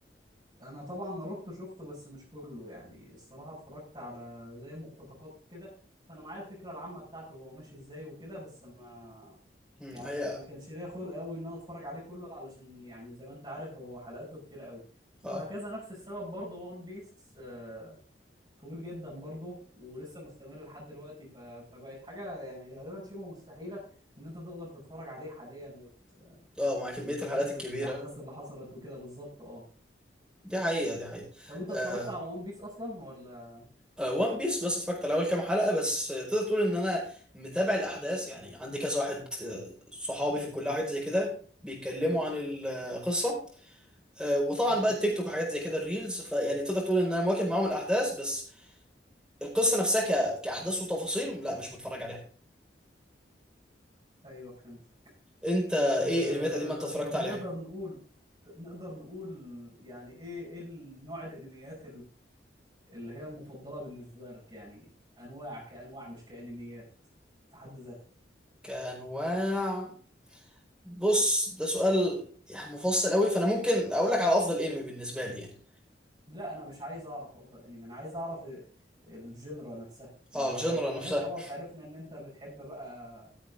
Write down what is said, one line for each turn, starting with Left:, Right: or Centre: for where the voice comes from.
Right: انا طبعا ناروتو شفته بس مش كله يعني الصراحه اتفرجت على زي مقتطفات كده فانا معايا الفكره العامه بتاعته هو ماشي ازاي وكده بس ما
Centre: مم،
Right: يعني
Centre: هي
Right: ما ما كانش ليا خلق قوي ان انا اتفرج عليه كله علشان يعني زي ما انت عارف هو حلقاته كتيره قوي وهكذا
Centre: اه
Right: نفس السبب برضه وان بيس آه، طويل جدا برضه ولسه مستمر لحد دلوقتي ف- فبقت حاجه يعني غالبا شبه مستحيله ان انت تقدر تتفرج عليه حاليا وت-
Centre: اه مع كميه
Right: وتواكب
Centre: الحلقات الكبيره
Right: الاحداث اللي حصلت وكده بالظبط اه
Centre: دي حقيقة دي حقيقة
Right: طب انت اتفرجت
Centre: آه
Right: على وان بيس اصلا ولا
Centre: آه وان بيس بس اتفرجت على أول كام حلقة بس آه، تقدر تقول إن أنا متابع الأحداث يعني عندي كذا واحد آه صحابي في الكلية حاجات زي كده بيتكلموا عن القصة آه وطبعا
Right: امم
Centre: بقى التيك توك وحاجات زي كده الريلز فيعني تقدر تقول إن أنا مواكب معاهم الأحداث بس القصة نفسها ك... كأحداث وتفاصيل لا مش متفرج عليها
Right: ايوه فهمت
Centre: أنت
Right: أه...
Centre: إيه الأنميات القديمة أنت اتفرجت
Right: طب
Centre: عليها؟
Right: نقدر نقول ت- نقدر نقول يعني ايه ايه ال- نوع الانميات اللي هي المفضلة بالنسبة لك يعني أنواع كأنواع مش كأنميات في حد ذاتها
Centre: كأنواع بص ده سؤال يعني مفصل قوي فأنا ممكن أقول لك على أفضل أنمي بالنسبة لي يعني
Right: لا أنا مش عايز أعرف أفضل أنمي أنا عايز أعرف ال- الجنرا نفسها ما
Centre: اه
Right: هو
Centre: الجنرا
Right: احنا الأنميات
Centre: نفسها
Right: خلاص عرفنا إن أنت بتحب بقى